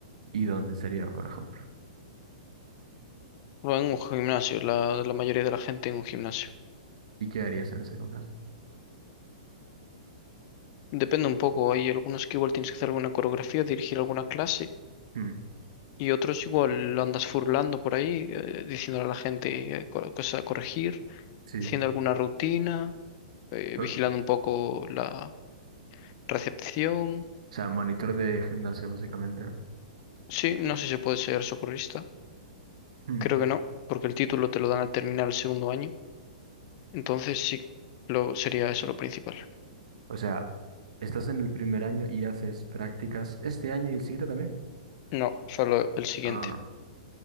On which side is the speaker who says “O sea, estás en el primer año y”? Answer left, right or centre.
Right